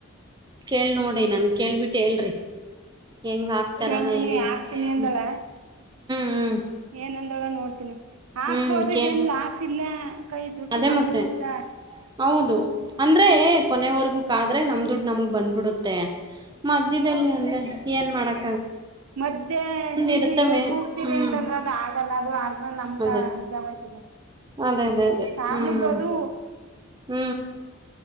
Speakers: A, on the right (about 20°); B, on the right (about 80°).
A: ಕೇಳ್ ನೋಡಿ ನನ್ಗೆ ಕೇಳ್ಬಿಟ್ಟು ಹೇಳ್ರಿ. ಹೆಂಗ್ ಹಾಕ್ತಾರ
B: ಕೇಳ್ತೀನಿ
A: ಹೆಂಗೆ
B: ಹಾಕ್ತೀನಿ ಅಂದಳ
A: ಹ್ಮ್ ಹ್ಮ್.
B: ಏನಂದೊಳ ನೋಡ್ತೀನಿ. ಆಕ್ಬೋದು
A: ಹ್ಮ್ ಕೇಳ
B: ಇದೆನ್ ಲಾಸ್ ಇಲ್ಲ ಕೈ ದುಡ್ಡು
A: ಅದೇ
B: ನಮ್ಗೆ
A: ಮತ್ತೆ
B: ಬರ್ತ್ತದ.
A: ಹೌದು ಅಂದ್ರೆ ಕೊನೆವರ್ಗೂ ಕಾದ್ರೆ ನಮ್ ದುಡ್ ನಮಗ್ ಬಂದ್ಬಿಡುತ್ತೆ. ಮಧ್ಯದಲ್ಲಿ ಅಂದ್ರೆ ಏನ್ ಮಾಡಕ್
B: ಮದ್ಯೆ ಚೀಟಿ
A: ಇರ್ತವೆ
B: ಕೂಗ್ತಿವಿ
A: ಹ್ಮ್
B: ಅಂತಂದ್ರ ಅದು ಆಗಲ್ಲ ಅದು ಅರ್ಧ ನಮ್ಗ
A: ಅದೇ
B: ಇದಾಗೋಯ್ತದ
A: ಅದೇ ಅದೇ ಅದೇ
B: ಸಾರ್ಲು
A: ಹ್ಮ್
B: ಬೋದು.
A: ಹ್ಮ್